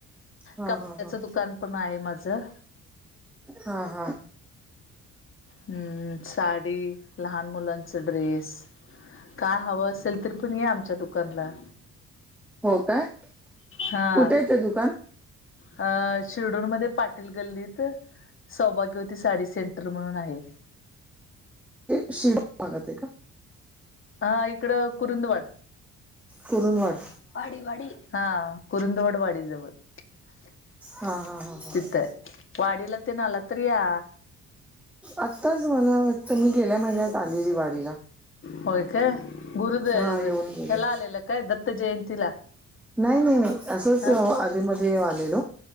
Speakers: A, in the centre; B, on the left (about 45°).
A: हा
B: कपड्याचं
A: हा हा
B: दुकान. पण आहे माझं.
A: हा हा.
B: ह् साडी लहान मुलांच ड्रेस. काय हवं असेल तररी पण या आमच्या दुकानला.
A: हो काय?
B: हा
A: कुठे येत दुकान?
B: अ शिरडूरमध्येध्ये पाटील गल्लीत सौभाग्यवती साडी सेंटर म्हणून आहे.
A: ते शेड भागत आहे का?
B: हा इकड कुरुंदवड.
A: कुरूंदवाड.
B: वाडीवाडी हा कुरुंदवड वाडीजवळ <inaudible>
A: हा हा हा हा
B: तिथ आहे. वाडीला तेन आला तर या.
A: आताच मला वाटतं मी गेल्या महिन्यात. चालेली वाडीला
B: होय काय गुरुद ह्याला
A: हा येऊन गेली.
B: आलेलं काय दत्त जयंतीला.
A: नाही, नाही, नाही असंच
B: हा
A: आधी म आलेल.